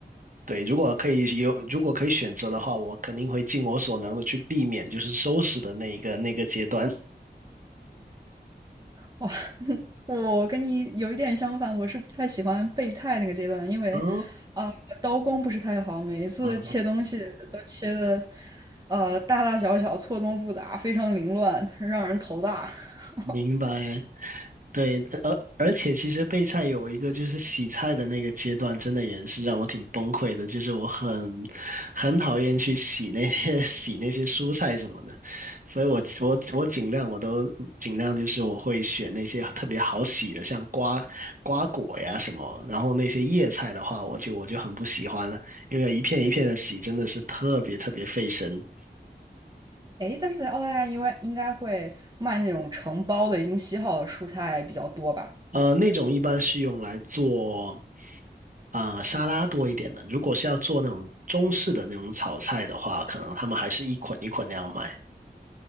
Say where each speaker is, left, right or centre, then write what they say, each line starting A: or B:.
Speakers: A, on the right; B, on the right.
A: 对，如果可以有，如果可以选择的话，我肯定会尽我所能的去避免，就是收拾的那一个那个阶段。
B: 哇，<laughs> 我跟你有一点相反，我是不太喜欢备菜那个阶段，因为，
A: 哦，
B: 啊、刀工不是太好，每一次切东西都切的，
A: 啊，
B: 呃，大大小小、错综复杂，非常凌乱，让人头大。<laughs>
A: 明白。对，而而且其实备菜有一个就是洗菜的那个阶段，真的也是让我挺崩溃的。就是我很很讨厌去洗那些 <laughs> 洗那些蔬菜什么的，所以我我我尽量我都尽量就是我会选那些特别好洗的，像瓜瓜果呀什么。然后那些叶菜的话，我就我就很不喜欢了，因为一片一片的洗真的是特别特别费神。
B: 诶，但是在澳大利亚，因为应该会卖那种成包的、已经洗好的蔬菜比较多吧？
A: 呃，那种一般是用来做。啊、沙拉多一点的。如果是要做那种中式的那种炒菜的话，可能他们还是一捆一捆那样卖。